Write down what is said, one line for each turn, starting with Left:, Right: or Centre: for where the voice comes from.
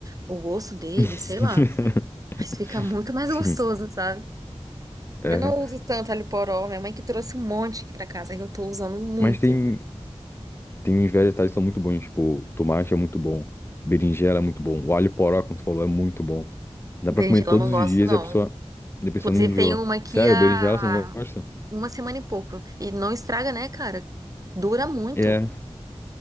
Right: o gosto dele,
Left: <laughs>
Right: sei lá. Mas fica muito mais
Left: Sim,
Right: gostoso, sabe?
Left: é.
Right: Eu não uso tanto alho poró. Minha mãe que trouxe um monte aqui pra casa, que eu tô usando muito.
Left: Mas tem. Tem uns vegetais que são muito bons, tipo, tomate é muito bom, berinjela é muito bom, o alho poró, como tu falou, é muito bom. Dá
Right: Berinjela
Left: pra comer todos
Right: eu não gosto,
Left: os dias
Right: não.
Left: e a pessoa, e a pessoa
Right: Inclusive,
Left: não enjoa.
Right: tem uma aqui
Left: Sério,
Right: há
Left: berinjela você não gosta?
Right: uma semana e pouco. E não estraga, né, cara? Dura muito.
Left: É.